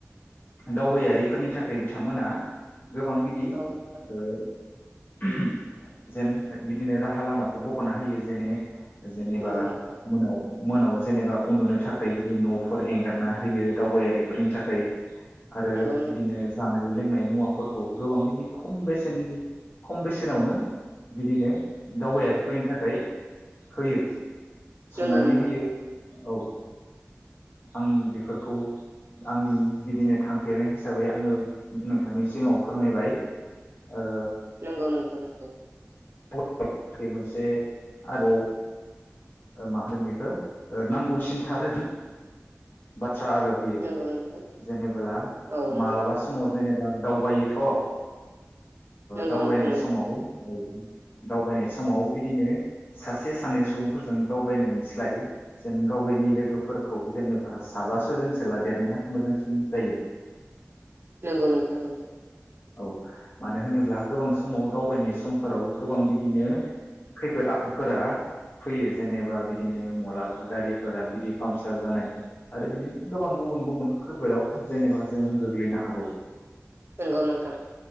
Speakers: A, on the left (about 45°); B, on the right (about 50°).
A: दावबायारिफोरनि थाखाय बिथांमोना गोबां बिदि
B: औ नोंथां
A: ओ <unintelligible> जेन हो बिदिनो राहा लामाखौ बखना होयो जेने जेनेबा
B: नंगौ नोंथां
A: मोनाव मोनाव जेनेबा उन्दुनो थाखाय बिदि नफोर एंगारना होयो दावबायारिफोरनि थाखाय आरो
B: नंगौ नोंथां
A: बिदिनो जानाय लोंनाय मुवाफोरखौ गोबां बिदि खम बेसेननि खम बेसेनावनो बिदिनो दावबायारि फोरनि थाखाय होयो
B: नंगौ
A: संनानै
B: नोंथां
A: होयो
B: नंगौ
A: औ आं बेफोरखौ आंनि बिदिनो थांफेरनाय हिसाबै आङो नोंथांनि सिगाङाव फोरमायबाय ओ
B: ओं नोंथां नंगौ
A: बहुथ मोनसे आबाव ओ मा होनो बेखौ ओ नांगौसिनथार बाथ बाथ्रा आरो बियो
B: नंगौ नोंथां
A: जेनेबोला
B: औ नोंथां
A: मालाबा समाव जेनेबा दावबायोथ ओ
B: नंगौ
A: दावबायनाय
B: नोंथां
A: समाव औ उम दावबायनाय समाव बिदिनो सासे सानै सुबुंफोरजों दावबायनायनिस्लाय जेन गावगायनि लोगोफोरखौ जेनेबा साबा स सयजनसो लादेरनाया मोजांसिन जायो
B: नोंगौ नोंथां नोंगौ
A: औ मानो होनोब्ला गोबां समाव दावबायनाय सम फोराव गोबां बिदिनो खैफोद आफो दफोरा फैयो जेनेबा बिदिनो मलाबा गारिफोरा बिदि पामसार जानाय आरो बिदिनो गोबां गुबुन गुबुन खैफोदाव जेनेबा जोङो गोग्लैनो हागौ
B: नोंगौ नोंथां